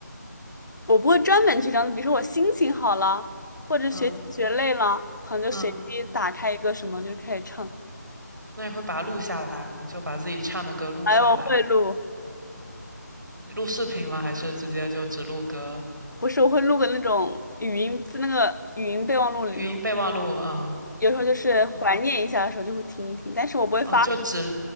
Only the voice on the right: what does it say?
嗯
嗯。那你会把它录下来吗？就把自己唱的歌录下来，
你录视频吗？还是直接就只录歌？
语音备忘录，嗯
嗯
嗯，就只